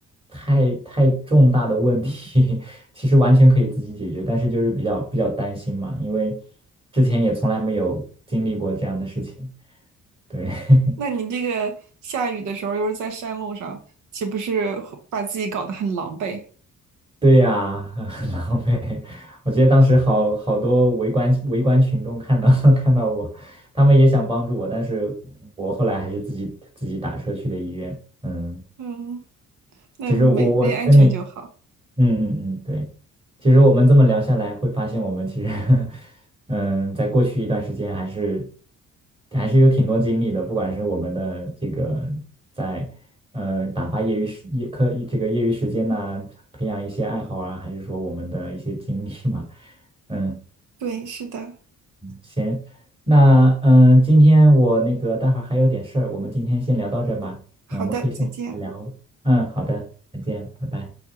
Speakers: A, on the right (about 20°); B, on the right (about 80°).
A: 太太重大的问题，<laughs> 其实完全可以自己解决，但是就是比较比较担心嘛，因为之前也从来没有经历过这样的事情。对，<laughs>
B: 那你这个下雨的时候又是在山路上，岂不是会把自己搞得很狼狈？
A: 对呀、<laughs> 很狼狈。我记得当时好好多围观围观群众看到 <laughs> 看到我，他们也想帮助我，但是我后来还是自己自己打车去的医院。嗯，
B: 嗯，那没没安全就好。
A: 其实我我跟你嗯嗯嗯，对。其实我们这么聊下来，会发现我们其实，<laughs> 嗯，在过去一段时间还是还是有挺多经历的，不管是我们的这个在呃打发业余时业课这个业余时间呐、培养一些爱好啊，还是说我们的一些经历嘛，嗯，
B: 对，是的。
A: 行，那嗯，今天我那个待会儿还有点事儿，我们今天先聊到这儿吧。
B: 好的，
A: 嗯，我们可以下次再聊哦。
B: 再见。
A: 嗯，好的，再见，拜拜。